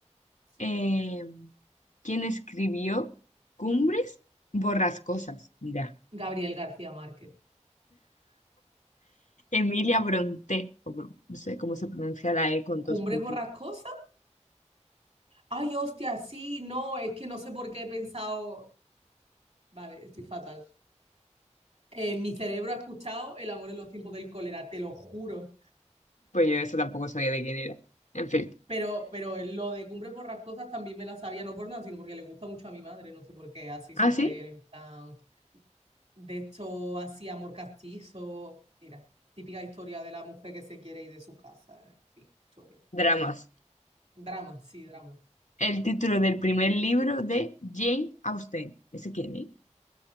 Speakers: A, on the right; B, on the left.
A: sí.
B: Eh, ¿quién escribió Cumbres borrascosas? Mira.
A: Gabriel García Márquez.
B: Emilia Bronte, o Bron- no sé cómo se pronuncia la E con dos
A: ¿Cumbre
B: puntitos.
A: borrascosa? Ay, hostia, sí, no, es que no sé por qué he pensado. Vale, estoy fatal. Eh, mi cerebro ha escuchado El amor en los tiempos del cólera, te lo juro.
B: Pues yo eso tampoco sabía de quién era. En fin.
A: Pero, pero lo de Cumbres Borrascosas también me la sabía, no por nada, sino porque le gusta mucho a mi madre, no sé por qué, así
B: Ah,
A: súper
B: sí,
A: en plan. de esto así amor castizo, mira, típica historia de la mujer que se quiere ir de su casa, sí, historia.
B: dramas.
A: Drama, sí, drama.
B: El título del primer libro de Jane Austen. ¿Ese quién es?